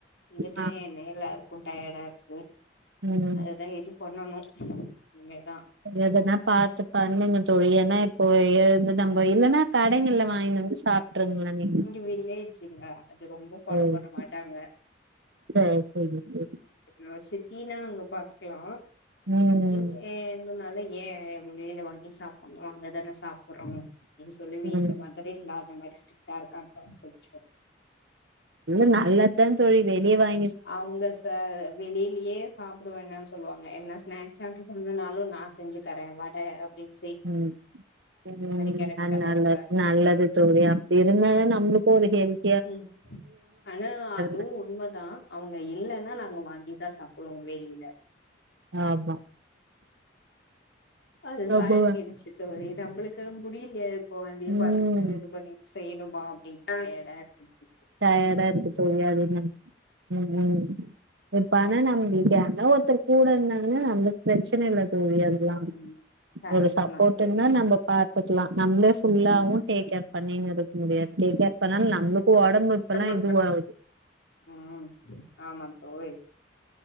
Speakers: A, on the left (about 65°); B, on the right (about 70°).
A: வந்துட்டு
B: ஆ
A: <unintelligible> க்கும் டயடா இருக்கு
B: ம்
A: அதுதா எது பண்ணணு இனிமே தா
B: அது எதுனா பாத்து பண்ணுங்க தோழி ஏனா இப்ப எழுந்து நம்ம இல்லன்னா கடைங்கள்ல வாங்கின்னு வந்து சாப்ட்டுருங்ளே இன்னைக்கி
A: இங்க வில்லேஜ்ங்க அது ரொம்ப ஃபாலோ
B: ம்
A: பண்ண மாட்டாங்க
B: செரி செரி தோழி
A: இப்போன்னா ஒரு சிட்டினா அங்க பாத்துக்லா
B: ம்
A: இங்க எந்துனாலு ஏ வெளியில வாங்கி சாப்புன்னு அங்கதான சாப்றோ சொல்லி
B: ம்
A: வீட்ல மதர் இன் லா அந்த மாதிரி ஸ்ட்ரிக்டா இருக்காங்க கொஞ்சோ
B: இல்ல நல்லாத்தா தோழி வெளிய வாங்
A: அவுங்க ச வெளியிலியே சாப்ட வேனான்னு சொல்லுவாங்க என்ன ஸ்னாக்ஸ் ஆர்டர் பண்ணனாலு நா செஞ்சி தர வட அப்டின்
B: ம் ம்
A: கேரக்டர்ரவங்க
B: அதுனால நல்லது தோழி அப்டி இருந்தாத நம்ளுக்கு ஒரு ஹெல்த்
A: ம் ஆனா அதுவு
B: மாரி
A: உண்மதா அவுங்க இல்லன்னா நாங்க வாங்கிதா சாப்டுவோ வெளியில
B: ஆமா
A: அது
B: ரொம்பவே
A: பழகிடுச்சு தோழி நம்மளுக்கு முடியில்ல கொழந்தையு
B: ம்
A: பாத்துக்கிட்டு இது பண்ணி செய்யணுமா அப்டின்ட்டு டயடா இருக்கு <unintelligible>
B: டயடா இருக்கு தோழி அதுத ம் ம் இப்ப பண்ணலா உங்களுக்கு ஆனா யார்னா ஒருத்தர் கூட இருந்தாங் கனா நம்ளுக்கு பிரச்சன இல்ல தோழி அதெல்லா
A: ம் ஆமா கரெக்ட்
B: ஒரு சப்போர்ட்
A: தா தோழி
B: இருந்தா நம்ப பாத் க்லா நம்ளே ஃபுல்லாவு
A: ம்
B: டேக் கேர் பண்ணின்னு இருக்க முடியாது டேக் கேர் பண்ணாலு நம்ளுக்கு ஒடம்பு இப்பல்லா
A: ஒடம்பு
B: இதுவாகுது
A: இப்ப ம் ஆமா தோழி